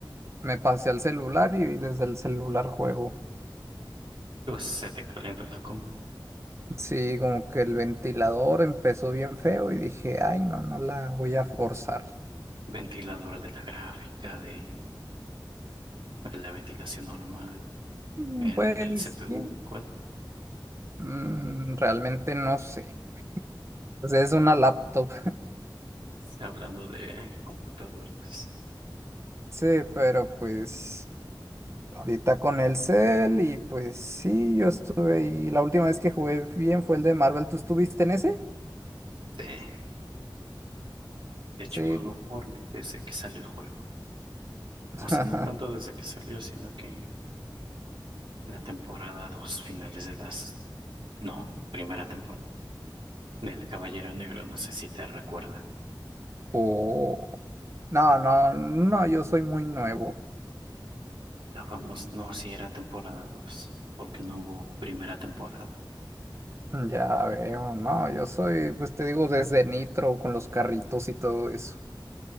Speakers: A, on the right; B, on the right.
A: me pasé al celular y desde el celular juego.
B: Pues se te calienta la compu.
A: Sí, como que el ventilador empezó bien feo y dije, ay, no, no la voy a forzar.
B: Ventilador de la gráfica, de la ventilación normal,
A: Mm,
B: el
A: Pues,
B: del CPU,
A: ¿qué?
B: ¿cuál?
A: Mm, realmente no sé. Pues es una laptop. <laughs>
B: Hablando de computadoras.
A: Sí, pero pues... Ahorita con el Cell y pues sí, yo estuve ahí. La última vez que jugué bien fue el de Marvel. ¿Tú estuviste en ese?
B: Sí. De hecho,
A: Sí.
B: juego Fortnite desde que salió el juego.
A: <laughs>
B: O sea, no tanto desde que salió, sino que la temporada 2 finales de las... No, primera temporada del Caballero Negro, no sé si te recuerda.
A: Oh. No, no, no, yo soy muy nuevo.
B: La famosa... No, sí era temporada 2 porque no hubo primera temporada.
A: Ya veo, no, yo soy, pues te digo, desde Nitro con los carritos y todo eso.